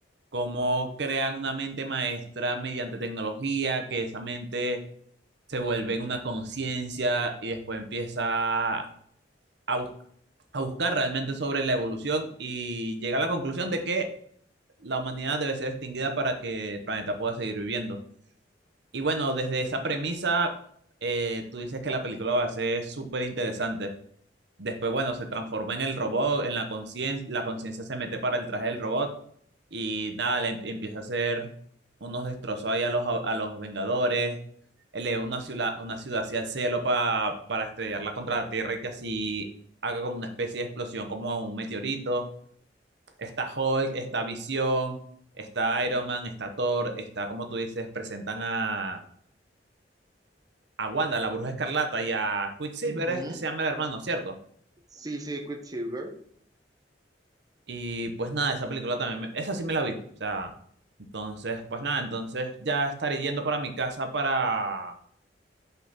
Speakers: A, on the right; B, on the right.
A: cómo crean una mente maestra mediante tecnología, que esa mente se vuelve en una conciencia y después empieza a, bus- a buscar realmente sobre la evolución y llega a la conclusión de que la humanidad debe ser extinguida para que el planeta pueda seguir viviendo. Y bueno, desde esa premisa, eh, tú dices que la película va a ser súper interesante. Después, bueno, se transforma en el robot, en la conciencia, la conciencia se mete para el traje del robot y nada, le em- empieza a hacer unos destrozos ahí a los, a los Vengadores, eleva una ciudad, una ciudad hacia el cielo pa- para estrellarla contra la Tierra y que así haga como una especie de explosión, como un meteorito. Está Hulk, está Visión, está Iron Man, está Thor, está, como tú dices, presentan a a Wanda, la Bruja Escarlata y a Quicksilver
B: Ajá.
A: es que se llama el hermano, ¿cierto?
B: Sí, sí, Quicksilver.
A: Y pues nada, esa película también, me- esa sí me la vi, o sea, entonces, pues nada, entonces ya estaré yendo para mi casa para,